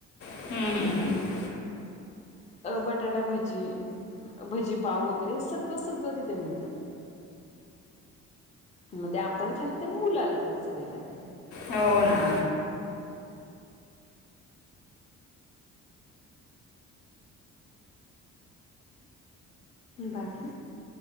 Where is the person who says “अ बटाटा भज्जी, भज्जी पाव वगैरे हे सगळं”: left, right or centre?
Left